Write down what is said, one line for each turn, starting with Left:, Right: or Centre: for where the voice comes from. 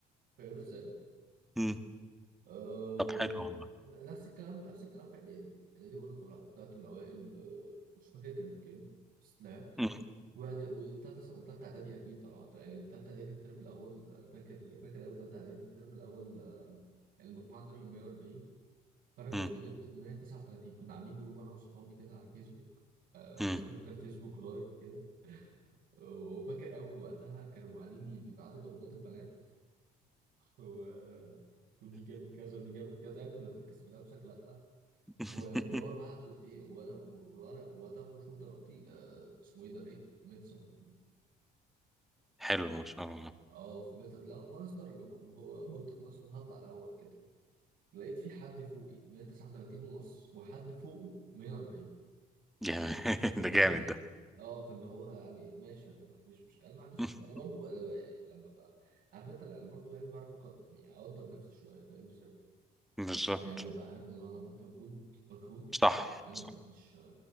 Right: فاهم ازاي؟
Centre: مم.
Right: أه
Centre: طب حلو والله
Right: نفس الكلام نفس الكلام في اعدادي اعدادي برضه طلعت طلعت من الاوائل أه، مش فاكر كانت كام بس طلعت
Centre: مم.
Right: وإعد- وتالتة وتالتة إعدادي أكيد طلعت يعني تالتة إعدادي الترم الأول أنا فاكر فاكر أوي تالتة إعدادي الترم الأول آه، المجموعة عندنا من 140 فأنا كنت
Centre: مم.
Right: جبت 139 كنا عاملين جروب أنا وصحابي كده على الفيسبوك آه،
Centre: مم.
Right: <laughs> كان فيسبوك لايت كده وفاكر أوي وقتها كانوا قاعدين ي- بيبعتوا درجات البنات <laughs> و... ودي جابت كذا ودي جابت كذا يا ابني ما تركز في نفسك لأ
Centre: <laughs>
Right: واللي هو بعته إيه وأنا وأنا وقتها بشوف درجتي آه، اسمه إيه ده لقيت 139
Centre: حلو ما شاء الله
Right: اه فمت... لا ناقص درجة فاللي هو قلت خلاص ما هطلع الأول كده لقيت في حد فوقي 139 ونص وحد فوقه 140
Centre: جامد <laughs>
Right: أنت فاهم
Centre: ده جامد
Right: ازاي؟
Centre: ده
Right: اه فاللي هو يعني ماشي يا جماعة مفيش مشكلة أنا ما عنديش
Centre: <laughs>
Right: مشكلة أنا برضو أنا بقى يعني لما ببقى عارف أنت لا، أنا برضو يعني بعرف أقدر يعني أقدر نفسي شوية فاهم ازاي؟
Centre: بالظبط
Right: يعني ببقى عارف إن أنا لو عملت مجهود مجهود
Centre: صح
Right: ما عند... أنا
Centre: صح
Right: ما عنديش